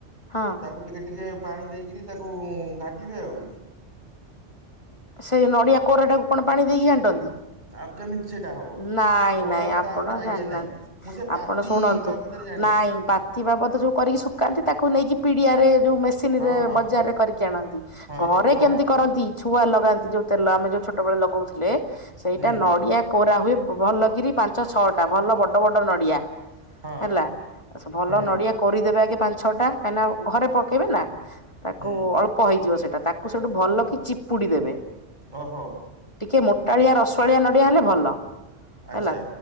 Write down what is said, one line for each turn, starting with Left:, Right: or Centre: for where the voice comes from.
Left: ହଁ
Right: ତାକୁ ଟିକେ ଟିକେ ପାଣି ଦେଇକରି ତାକୁ ଘାଣ୍ଟିବେ ଆଉ।
Left: ସେଇ ନଡ଼ିଆ କୋରାଟାକୁ କଣ ପାଣି ଦେଇକି ଘାଣ୍ଟନ୍ତି?
Right: ଆଉ କେମିତି ସେଇଟା ହବ?
Left: ନାଇଁ
Right: ମୋର
Left: ନାଇଁ
Right: ଆଉ ତା
Left: ଆପଣ
Right: ଉପରେ ଆଇଡିଆ
Left: ଜାଣିନାହାନ୍ତି,
Right: ନାହିଁ ମୁଁ ସେ ପାତି
Left: ଆପଣ ଶୁଣନ୍ତୁ,
Right: ବାବଦରେ ଜାଣିଛି।
Left: ନାଇଁ ପାତି ବାବଦ ଯୋଉ କରିକି ଶୁଖାନ୍ତି ତାକୁ ନେଇକି ପିଡିଆରେ ଯୋଉ ମେସିନ
Right: ହଁ
Left: ରେ
Right: ହଁ
Left: ବଜାରରେ
Right: ହଁ
Left: କରିକି ଆଣନ୍ତି,
Right: ହଁ ଏଇ
Left: ଘରେ
Right: ଯୋଉ ଘଣା
Left: କେମିତି
Right: ପକେଇ
Left: କରନ୍ତି, ଛୁ ଲଗାନ୍ତି ଯଉ ତେଲ, ଆମେ ଯୋଉ ଛୋଟ ବେଳେ ଲଗଉଥିଲେ। ସେଇଟା
Right: ହୁଁ
Left: ନଡିଆ କୋରା ହୁଏ। ଭଲକିରି ପାଞ୍ଚ ଛଅଟା ଭଲ ବଡ ବଡ ନଡିଆ।
Right: ହଁ
Left: ହେଲା, ଭଲ
Right: ହୁଁ
Left: ନଡିଆ କୋରିଦେବେ ଆଗେ ପାଞ୍ଚ ଛଅ ଟା କାହିଁକିନା ଘରେ ପକେଇବେ ନା। ତାକୁ
Right: ହୁଁ
Left: ଅଳ୍ପ ହେଇଯିବ ସେ ତାକୁ ସେଇଠୁ ଭଲ କି ପୁଡ଼ି ଦେବେ,
Right: ଓହୋ
Left: ଟିକେ ମୋ ଳିଆ ରସୁଆଳିଆ ନଡ଼ିଆ ହେଲେ ଭଲ।
Right: ଆଚ୍ଛା
Left: ହେଲା